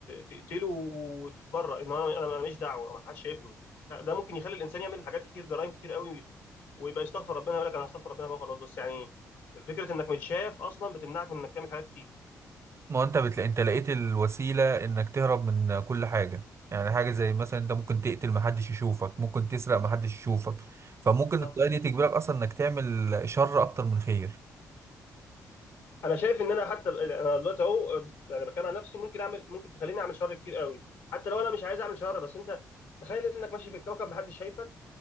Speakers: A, on the left; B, on the right.
A: تقتله وتتبرأ ان انا انا ماليش دعوه ما حدش شايفني لا، ده ممكن يخلي الانسان يعمل حاجات كتير جرائم كتير قوي ويبقى يستغفر ربنا يقول لك انا هستغفر ربنا بقى خلاص بس يعني فكره انك متشاف اصلا بتمنعك من انك تعمل حاجات كتير
B: ما هو انت بتلاقي انت لقيت الوسيله انك تهرب من كل حاجه يعني حاجه زي مثلا انت ممكن تقتل محدش يشوفك ممكن تسرق محدش يشوفك فممكن
A: صح
B: الطريقه دي تجبرك اصلا انك تعمل شر اكتر من خير
A: انا شايف ان انا حتى انا دلوقتي اهو يعني بتكلم عن نفسي ممكن اعمل ممكن تخليني اعمل شر كتير قوي حتى لو انا مش عايز اعمل شر بس انت تخيل انك ماشي في الكوكب محدش شايفك